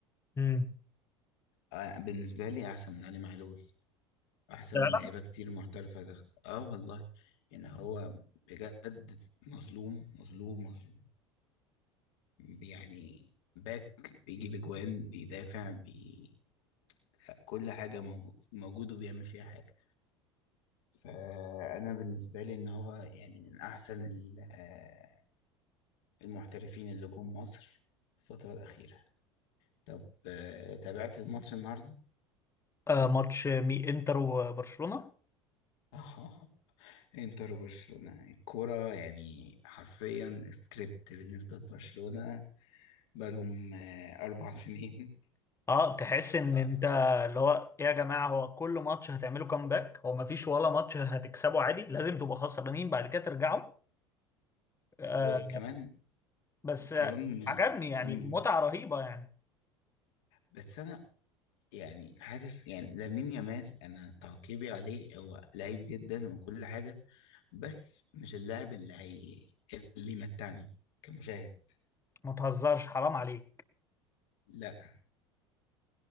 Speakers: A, on the left; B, on the left.
A: قوي
B: آه بالنسبه لي احسن من علي معلول احسن
A: لا
B: من
A: لا
B: لعيبه كتير محترفه دخل اه والله يعني هو بجد مظلوم مظلوم مظلوم يعني باك بيجيب اجوان بيدافع بي... لا، كل حاجة موجود موجود وبيعمل فيها حاجة فأنا بالنسبة لي إن هو يعني من أحسن ال- آه، المحترفين اللي جم مصر الفترة الأخيرة طب آه، تابعت الماتش النهاردة؟
A: آه، ماتش مي انتر وبرشلونة
B: <laughs> انتر وبرشلونة الكورة يعني حرفيا سكريبت بالنسبة لبرشلونة بقالهم آه، أربع <laughs> سنين
A: اه تحس ان
B: آه،
A: انت اللي هو إيه يا جماعة هو كل ماتش هتعملوا كامباك هو مفيش ولا ماتش هتكسبه عادي لازم تبقوا خسرانين بعد كده ترجعوا آه
B: وكمان
A: بس آه،
B: كمان آه،
A: عجبني يعني
B: مم.
A: متعة رهيبة يعني
B: بس انا يعني حاسس يعني لامين يامال انا تعقيبي عليه هو لعيب جدا وكل حاجه بس مش اللاعب اللي هي اللي يمتعني كمشاهد
A: ما تهزرش حرام عليك
B: لا